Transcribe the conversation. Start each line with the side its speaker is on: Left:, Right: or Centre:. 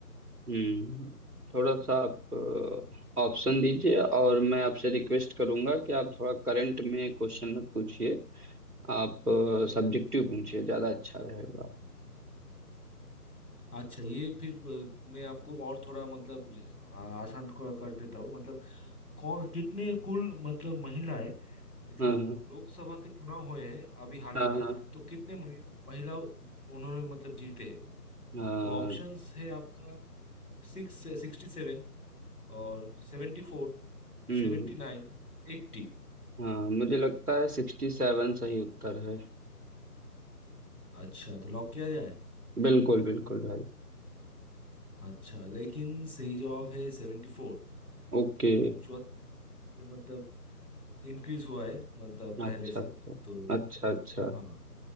Right: हम्म थोड़ा सा आप ऑप्शन दीजिए और मैं आपसे रिक्वेस्ट करूंगा कि आप थोड़ा करंट में क्वेश्चन मत पूछिए आप सब्जेक्टिव पूछिए ज्यादा अच्छा रहेगा
Left: अच्छा ये फिर अ, मैं आपको और थोड़ा मतलब अ, आसान कर कर देता हूँ मतलब कौन कितने कुल मतलब महिलाएं जो
Right: हाँ हाँ
Left: लोकसभा के चुनाव हुए हैं अभी हाल
Right: हाँ
Left: ही में
Right: हाँ।
Left: तो कितने महि- महिला उन्होंने मतलब जीते हैं
Right: हाँ
Left: तो ऑप्शंस है आपका सिक्स सिक्सटी सेवन और seventy four
Right: हम्म
Left: seventy nine eighty
Right: हाँ मुझे लगता है सिक्सटी सेवन सही उत्तर है
Left: अच्छा तो लॉक किया जाए
Right: बिल्कुल बिल्कुल भाई
Left: अच्छा लेकिन सही जवाब है सेवेंटी फोर
Right: ओके
Left: तो चौहत्तर ये मतलब इंक्रीज हुआ है मतलब
Right: अच्छा
Left: पहले से
Right: अच्छा
Left: तो
Right: अच्छा अच्छा
Left: हाँ